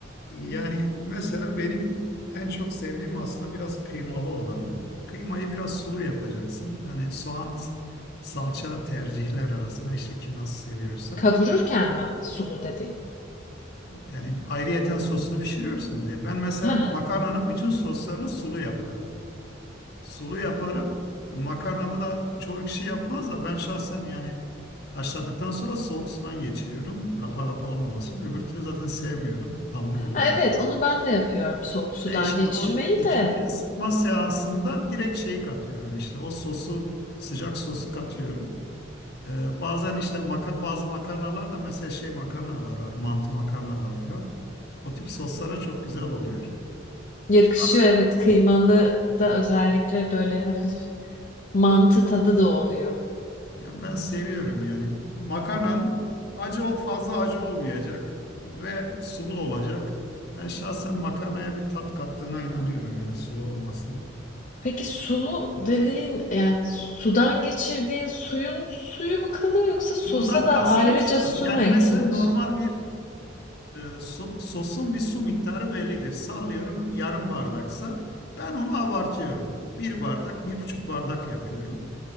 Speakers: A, on the left (about 60°); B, on the left (about 40°).
A: Yani mesela benim en çok sevdiğim aslında biraz kıymalı olanı. Kıymayı biraz sulu yapacaksın. Yani soğan, salça tercihler arasında işte ki nasıl seviyorsa.
B: Kavururken mi sulu dediğin?
A: Yani ayrıyeten sosunu pişiriyorsunuz diye. Ben mesela
B: Hı hı.
A: makarnanın bütün soslarını sulu yaparım. Sulu yaparım. E, Makarnamı da çoğu kişi yapmaz da ben şahsen yani haşladıktan sonra soğuk sudan geçiriyorum. Lapa lapa olmaması için. Öbür türlü zaten sevmiyorum. Hamur oluyor.
B: Ha, evet, onu ben de yapıyorum soğuk
A: Şey
B: sudan
A: işte
B: geçirmeyi
A: o ikinci
B: de.
A: ısıtma seansında direkt şeyi katıyorum işte. O sosu sıcak sosu katıyorum. Ee, bazen işte maka- bazı makarnalar da mesela şey makarnalar var. Mantı makarnalar filan. O tip soslara çok güzel oluyor.
B: Yakışıyor
A: Şahsen
B: evet, kıymalı da özellikle böyle hafif mantı tadı da oluyor.
A: Yani ben seviyorum yani. Makarnan acı ol- fazla acı olmayacak ve sulu olacak. Ben şahsen makarnaya bir tat kattığına inanıyorum yani sulu olmasının.
B: Peki sulu dediğin yani sudan geçirdiğin suyun suyu mu kalıyor yoksa
A: Suludan
B: sosa da
A: kastım
B: ayrıca
A: şu.
B: su
A: Yani
B: mu ekliyorsun?
A: mesela normal bir e, so- sosun bir su miktarı bellidir. Sallıyorum yarım bardaksa ben onu abartıyorum. Bir bardak, bir buçuk bardak yapıyorum.